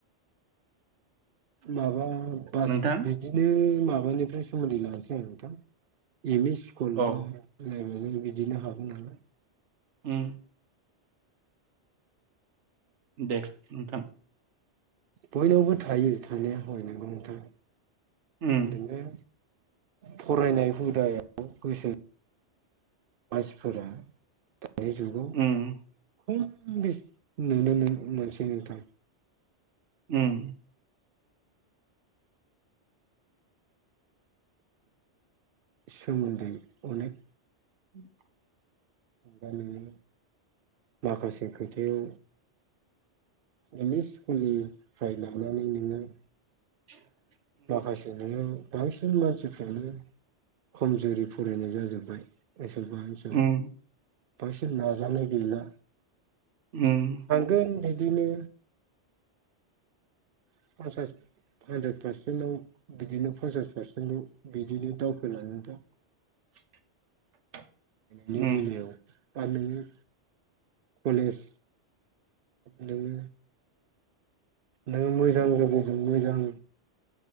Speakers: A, on the right (about 55°); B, on the right (about 75°).
A: माबा बास
B: नोंथां
A: बिदिनो माबा नोंथांनिफ्राय सोमोन्दै लनोसै आोंथां एम इ स्कुला
B: अ
A: बा बिदिनो हाबौ नालाय
B: ओम दे नोंथां।
A: बयनावबो थायो थानाया हय नगौ नोंथां।
B: उम
A: नोङो फरायनाय हुदायाव गोसो मानसिफोरा दानि जुगाव
B: उम
A: खम बेसे नुनो मोनसै नोंथां।
B: उम
A: सोमोन्दै अनेक
B: <inaudible>
A: दानोङो माखासे खोथायाव एम इ स्कुलनिफ्राय लानानै नोङो
B: <inaudible>
A: माखासे नोङो बांसिन मानसिफ्रानो खमजुरि फरायनाय जाजोब्बाय ओनसोलबा ओनसोल
B: उम
A: बासिन नाजानाय गैला
B: उम
A: थांगोन बिदिनो <inaudible> हानद्रेद पारसेन्टाव बिदिनो पन्सास पारसेन्टाव बिदिनो दावखोलाङो दा
B: <inaudible>
A: लुगैनायाव
B: उम
A: आर नोंनो कलेज नोंनो नोङो मोजां लोगोजों मोजां